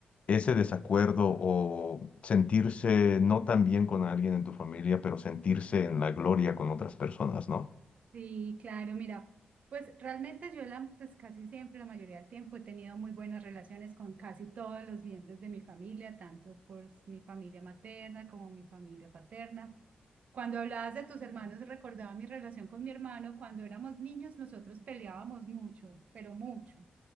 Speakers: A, on the left (about 45°); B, on the right (about 55°).
A: ese desacuerdo o sentirse no tan bien con alguien en tu familia, pero sentirse en la gloria con otras personas, ¿no?
B: Sí, claro, mira, pues realmente yo la, pues casi siempre, la mayoría del tiempo he tenido muy buenas relaciones con casi todos los miembros de mi familia, tanto por mi familia materna como mi familia paterna. Cuando hablabas de tus hermanos, recordaba mi relación con mi hermano. Cuando éramos niños, nosotros peleábamos mucho, pero mucho